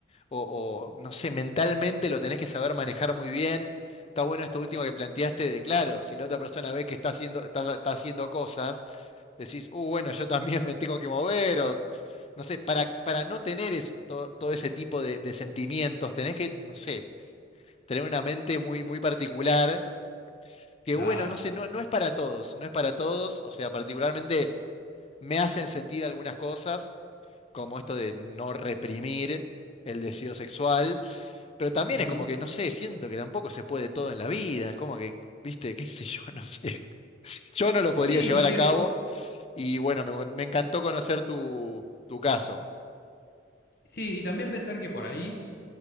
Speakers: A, on the left; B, on the left.
A: o, o, no sé, mentalmente lo tenés que saber manejar muy bien. Está bueno esto último que planteaste de, claro, si la otra persona ve que está haciendo, está, está haciendo cosas, decís, uh, bueno, yo también me tengo que mover, o no sé, para, para no tener es- to- todo ese tipo de, de sentimientos, tenés que, no sé, tener una mente muy, muy particular, que
B: claro.
A: bueno, no sé, no, no es para todos, no es para todos, o sea, particularmente me hacen sentir algunas cosas, como esto de no reprimir el deseo sexual, pero también
B: Ujú.
A: es como que, no sé, siento que tampoco se puede todo en la vida, es como que, viste, qué sé yo, <laughs> no sé. Yo no lo podría
B: Sí,
A: llevar
B: y que,
A: a cabo y bueno, me, me encantó conocer tu, tu caso.
B: sí, y también pensar que por ahí